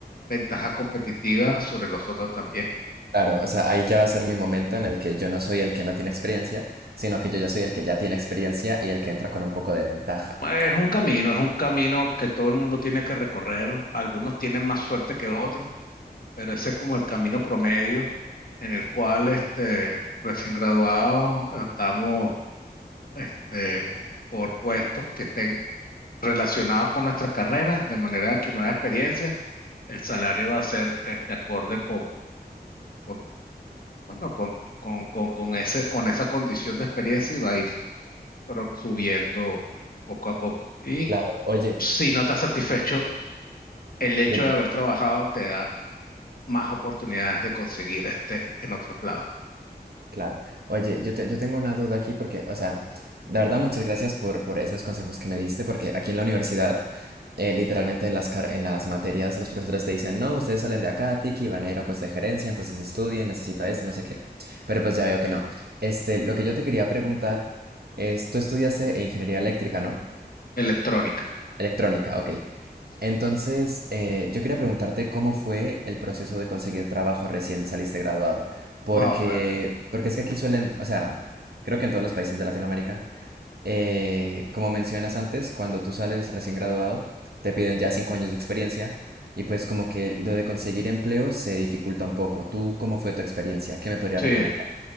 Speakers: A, on the left; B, on the right.
A: ventaja competitiva sobre los otros también.
B: Claro, o sea, ahí ya va a ser mi momento en el que yo no soy el que no tiene experiencia, sino que yo ya soy el que ya tiene experiencia y el que entra con un poco de ventaja.
A: Es un camino, es un camino que todo el mundo tiene que recorrer. Algunos tienen más suerte que otros, pero ese es como el camino promedio en el cual este, recién graduados estamos este, por puestos que estén relacionados con nuestra carrera, de manera que nueva experiencia, el salario va a ser este, acorde con, con, bueno, con, tu- con, con, con ese, con esa condición de experiencia y va a ir pero, subiendo poco a poco. Y
B: Claro, oye,
A: si no estás satisfecho, el hecho
B: dime,
A: de haber trabajado te da más oportunidades de conseguir este en otros lados.
B: claro. Oye, yo, te- yo tengo una duda aquí porque, o sea, de verdad muchas gracias por, por esos consejos que me diste, porque aquí en la universidad, eh, literalmente en las, car- en las materias, los profesores te dicen, no, ustedes salen de acá, Tiki, van a ir a un puesto de gerencia, entonces estudien, necesita esto, no sé qué. Pero pues ya veo que no. Este, lo que yo te quería preguntar es, tú estudiaste ingeniería eléctrica, ¿no?
A: Electrónica.
B: Electrónica, ok.
A: Sí.
B: Entonces, eh, yo quería preguntarte cómo fue el proceso de conseguir trabajo recién saliste graduado, porque,
A: Wow, eh,
B: porque es que aquí suelen, o sea, creo que en todos los países de Latinoamérica, eh, como mencionas antes, cuando tú sales recién graduado, te piden ya cinco años de experiencia y pues como que lo de conseguir empleo se dificulta un poco. ¿Tú cómo fue tu experiencia? ¿Qué me podrías
A: sí,
B: recomendar?